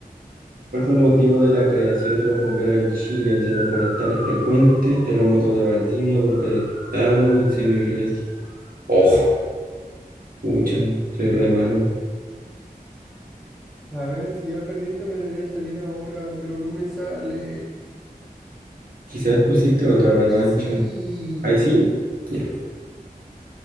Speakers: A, on the right (about 65°); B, in the centre.
A: ¿Cuál fue el motivo de la creación de los bomberos en Chile? Incendios forestales frecuentes, terremoto de Valdivia, golpe de estado, incendio de iglesia. Oh, pucha, soy re malo.
B: A ver, si ya perdiste me debería salir ahora, pero no me sale.
A: Quizás pusiste otra revancha.
B: ¡Ay, sí!
A: ¿Ahí sí? Ya.